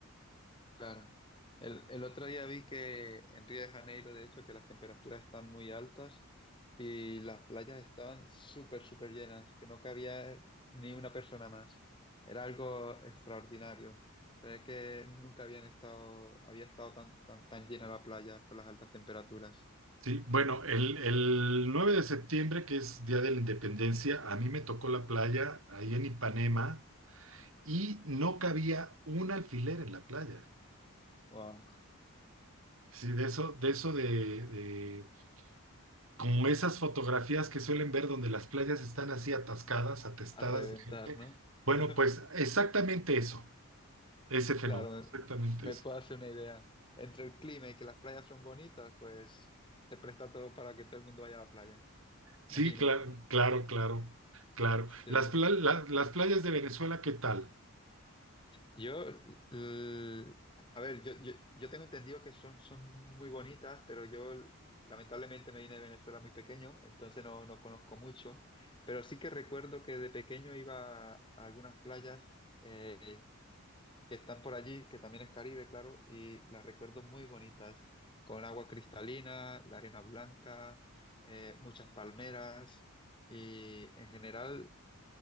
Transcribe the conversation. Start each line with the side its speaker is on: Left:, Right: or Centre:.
Left: Claro. El, el otro día vi que en Río de Janeiro, de hecho, que las temperaturas están muy altas y las playas estaban súper, súper llenas, que no cabía ni una persona más. Era algo extraordinario. Se ve que nunca habían estado, había estado tan, tan, tan llena la playa por las altas temperaturas.
Right: Sí, bueno, el, el 9 de septiembre, que es Día de la Independencia, a mí me tocó la playa ahí en Ipanema y no cabía un alfiler en la playa.
Left: Wow,
Right: Sí, de eso, de eso de, de- como esas fotografías que suelen ver donde las playas están así atascadas, atestadas
Left: a reventar,
Right: de gente.
Left: ¿no?
Right: Bueno,
Left: <laughs>
Right: pues exactamente eso, ese fenómeno,
Left: Claro, me,
Right: exactamente
Left: me
Right: eso.
Left: puedo hacer una idea. Entre el clima y que las playas son bonitas, pues se presta todo para que todo el mundo vaya a la playa.
Right: Sí,
Left: Imagino.
Right: claro, claro, claro, claro.
Left: Sí.
Right: Las, pla- la- las playas de Venezuela, ¿qué tal?
Left: Yo, l- a ver, yo, yo, yo tengo entendido que son, son muy bonitas, pero yo lamentablemente me vine de Venezuela muy pequeño, entonces no, no conozco mucho, pero sí que recuerdo que de pequeño iba a algunas playas eh, que están por allí, que también es Caribe, claro, y las recuerdo muy bonitas, con agua cristalina, la arena blanca, eh, muchas palmeras, y en general